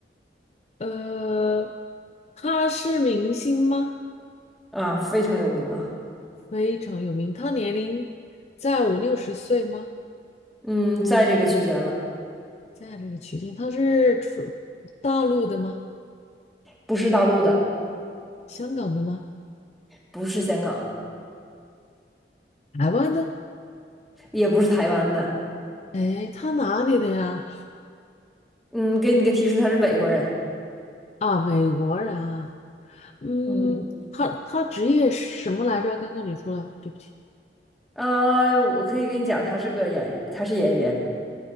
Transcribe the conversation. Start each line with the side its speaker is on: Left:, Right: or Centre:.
Left: 呃，她是明星吗？
Centre: 啊，非常有名啊，
Left: 非常有名。她年龄在五六十岁吗？
Centre: 嗯，在这个区间了，
Left: 在这个区间，她是出大陆的吗？
Centre: 不是大陆的，
Left: 香港的吗？
Centre: 不是香港的。
Left: 台湾的？
Centre: 也不是台湾的。
Left: 哎，她哪里的呀？
Centre: 嗯，给你个提示，他是美国人。
Left: 啊，美国人啊。嗯，
Centre: 嗯，
Left: 她她职业是什么来着？刚刚你说了，对不起。
Centre: 啊，我可以跟你讲，他是个演员，他是演员，